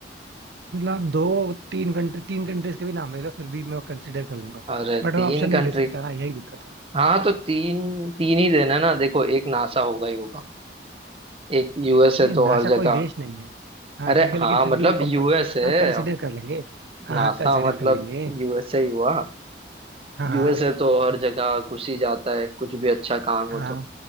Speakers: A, on the right; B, on the right.
A: मतलब आप दो तीन कंट्री तीन कंट्रीज के भी नाम ले लो फिर भी मैं कंसिडर कर लूंगा
B: अरे
A: बट मैं
B: तीन
A: ऑप्शन
B: कंट्री
A: नहीं दे सकता ना यही दिक्कत है
B: हाँ तो तीन तीन ही देना है ना देखो एक नासा होगा ही होगा एक यूएस
A: नहीं
B: है
A: नासा
B: तो हर जगह
A: कोई देश नहीं है हाँ
B: अरे
A: ठीक है
B: हाँ
A: लेकिन फिर
B: मतलब
A: भी वो
B: यूएस
A: कम
B: है
A: हाँ कंसिडर कर लेंगे हाँ
B: नासा
A: हाँ कंसिडर
B: मतलब
A: कर लेंगे
B: यूएसए ही हुआ
A: हाँ हाँ
B: यूएसए तो हर जगह घुस ही जाता है कुछ भी अच्छा काम हो
A: हाँ
B: तो